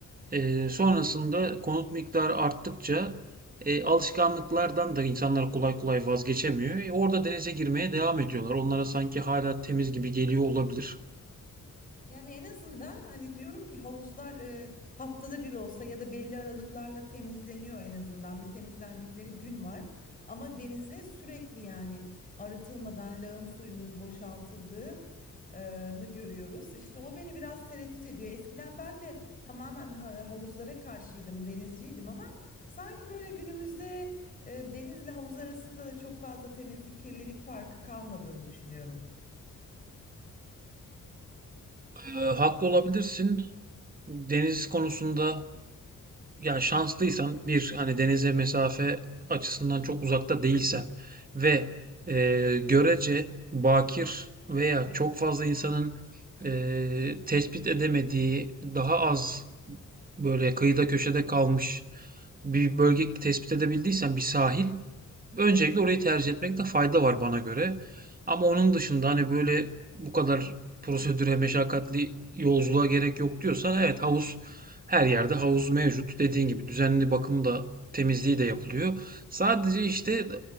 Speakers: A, on the right; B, on the left.
A: Ee, sonrasında konut miktarı arttıkça e, alışkanlıklardan da insanlar kolay kolay vazgeçemiyor. E, orada denize girmeye devam ediyorlar. Onlara sanki hala temiz gibi geliyor olabilir.
B: Yani en azından hani diyorum ki havuzlar e, haftada bir olsa ya da belli aralıklarla temizleniyor en azından bir temizlendikleri gün var. Ama denize sürekli yani arıtılmadan lağım suyunun boşaltıldığını görüyoruz. İşte o beni biraz tereddüt ediyor. Eskiden ben de tamamen ha- havuzlara karşıydım, denizciydim ama sanki böyle günümüzde e, denizle havuz arasında da çok fazla temizlik, kirlilik farkı kalmadığını düşünüyorum.
A: Ee, haklı olabilirsin. Deniz konusunda yani şanslıysan bir hani denize mesafe açısından çok uzakta değilsen ve e, görece bakir veya çok fazla insanın e, tespit edemediği daha az böyle kıyıda köşede kalmış bir bölge tespit edebildiysen bir sahil Öncelikle orayı tercih etmekte fayda var bana göre. Ama onun dışında hani böyle bu kadar prosedüre meşakkatli yolculuğa gerek yok diyorsan evet havuz her yerde havuz mevcut. Dediğin gibi düzenli bakım da temizliği de yapılıyor. Sadece işte